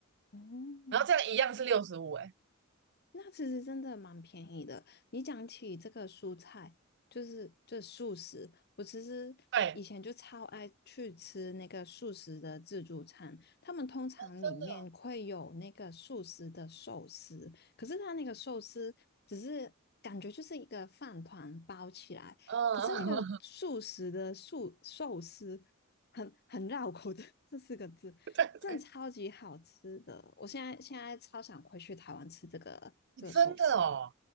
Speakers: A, on the left; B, on the right.
A: 哦，
B: 然后这样一样是六十五，哎，
A: 那其实真的蛮便宜的。你讲起这个蔬菜，就是这素食，我其实以前就超爱去吃那个素食的自助餐，
B: 对，
A: 他们通常里面会有那个素食的寿司，
B: 真的，
A: 可是它那个寿司只是感觉就是一个饭团包起来，
B: 嗯，
A: 可是那个素食的素寿司很很绕口的这四个字，
B: <laughs>
A: 真的超级好吃的。
B: 对
A: 我现在现在超想回去台湾吃这个这个寿司。
B: 真的哦。